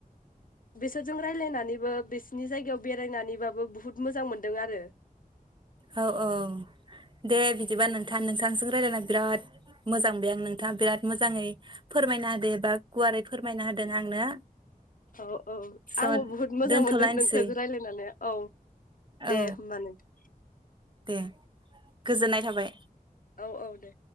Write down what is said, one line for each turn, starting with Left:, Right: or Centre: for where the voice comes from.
Left: बिसोरजों रायलायनानैबो बिसिनि जायगायाव बेरायनानैबाबो बुहुत मोजां मोनदों आरो
Right: औ औ दे बिदिबा नोंथां नोंथांजों रायजलायना बिराद मोजांबाय आं नोंथाङा बिराद मोजाङै फोरमायना होदो बा गुवारै फोरमायना होदों आंनो
Left: औ औ
Right: स'
Left: आंबो बुहुद मोजां
Right: दोनथ'लायनोसै
Left: मोनदों नोंथांजों रायजलायनानै औ दे
Right: औ
Left: होमबा नोंथ
Right: दे गोजोननाय थाबाय‌।
Left: औ औ दे